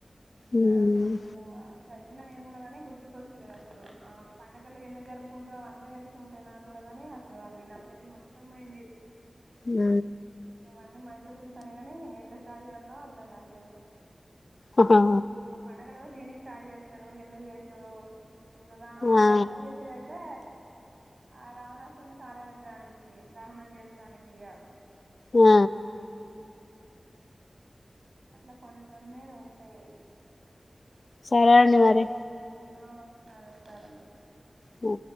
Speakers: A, on the left (about 65°); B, on the right (about 60°).
A: ఉమ్,
B: నా కొంత చ ఇన్నా నేను కూడా గాని గుర్తుకొస్తలే అసలు ఆ పండుగలు ఎందుకు జరుపుకుంటారో అవన్నీ తెలిసి ఉంటాయి నాకు కూడా గాని అసలు అ ఈ నాలెడ్జ్ మొత్తం పొయింది
A: ఊ
B: అవన్ని మైండ్ లో తిరుగు సనే గాని ఎక్కడ స్టార్ట్ చేయాల్నో అర్దం కావట్లేదు
A: అహా
B: ఆ పండగలు దేనికి స్టార్ట్ చేస్తారో ఎందుకు చేస్తారో ఇప్పుడు నా
A: ఆ
B: దసరా చేసేదైతే ఆ రావణాస్ సున్ని కాళ పెట్టడానికి దహనం చేస్తాని కిగా
A: ఆ
B: అట్లా కొన్ని కొన్ని ఉంటాయ్
A: సరే అండి మరి
B: ఆ సరే సరే మరి
A: అఓ